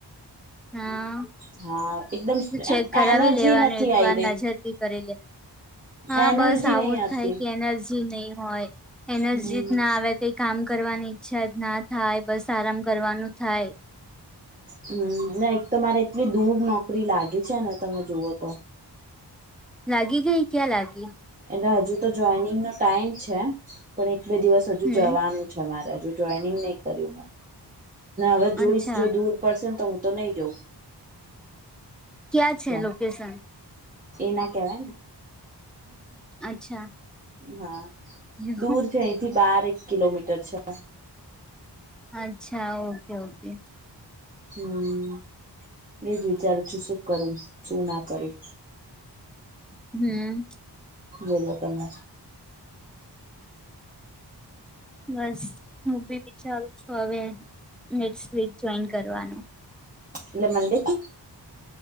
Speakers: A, in the centre; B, on the right.
A: હા,
B: હા એકદમ
A: ચેક
B: એમ
A: કરાવી
B: એનર્જી
A: લેવાનું
B: નથી
A: એક
B: આઈ
A: વાર
B: રહી
A: નજરથી કરી લેવા. હા
B: એનર્જી
A: બસ આવું
B: નહી
A: જ
B: આવતી
A: થાય કે એના નહી હોય, એનર્જીત
B: હમ
A: ના આવે કઈ કામ કરવાની ઈચ્છા ના થાય. બસ આરામ કરવાનું થાય.
B: હમ ના એક તો મારે એટલી દૂર નોકરી લાગી છે ને તમે જુવઓ તો.
A: લાગી ગઈ ક્યાં લાગી?
B: એટલે હજુ તો જોઈનિંગ નો ટાઈમ છે, પણ એક બે દિવસ હજુ
A: હમ
B: જવાનું. મારે જોઈનંગ નહી કર્યું મે, હવે જોઈ
A: અચ્છા
B: દૂર પડશેને તો હું તો નહી જઉં.
A: ક્યાં છે
B: તો
A: લોકેશન?
B: એ ના કેહવાય.
A: અચ્છા
B: હા,
A: એવું?
B: દૂર છે અહીંથી બાર એક કિલોમીટર છે.
A: અચ્છા ઓકે ઓકે.
B: હમ. એજ વિચારું છું શું કરું શું ના કર્યું.
A: હમ.
B: બોલો તમે.
A: બસ હું બી વિચારું છું હવે નેક્સ્ટ વીક જોઈન કરવાનું.
B: એલે મનડેથી.